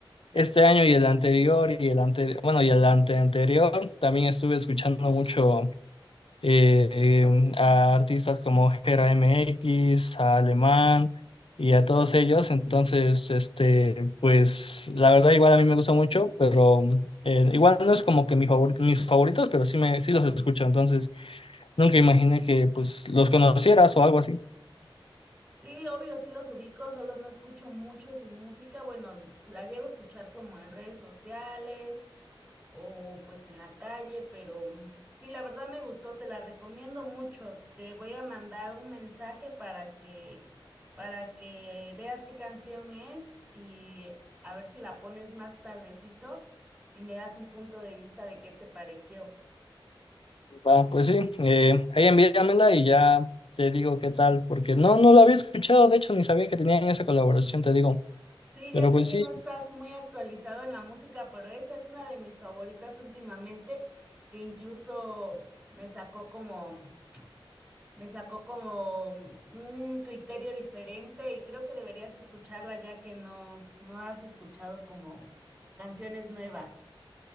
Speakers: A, on the left; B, on the right.
A: este año y el anterior y el anterior, bueno, y el anteanterior, también estuve escuchando mucho eh, em, a artistas como Gera M X, a Alemán y a todos ellos. Entonces, este, pues la verdad igual a mí me gusta mucho, pero eh, igual no es como que mi favor- mis favoritos, pero sí, me, sí los escucho. Entonces, nunca imaginé que pues los conocieras o algo así.
B: Sí, obvio, sí los ubico, solo no escucho mucho su música. Bueno, la llego a escuchar como en redes sociales o pues en la calle, pero mm, sí, la verdad me gustó, te la recomiendo mucho. Te voy a mandar un mensaje para que para que veas qué canción es y a ver si la pones más tardecito y me das un punto de vista de qué te pareció.
A: Va, pues sí, eh, ahí envíamela y ya te digo qué tal, porque no, no lo había escuchado, de hecho, ni sabía que tenían esa colaboración, te digo.
B: Sí,
A: Pero
B: ya sé
A: pues
B: que
A: sí,
B: no estás muy actualizado en la música, pero esa es una de mis favoritas últimamente, que incluso me sacó como, me sacó como un criterio diferente y creo que deberías escucharla ya que no, no has escuchado como canciones nuevas.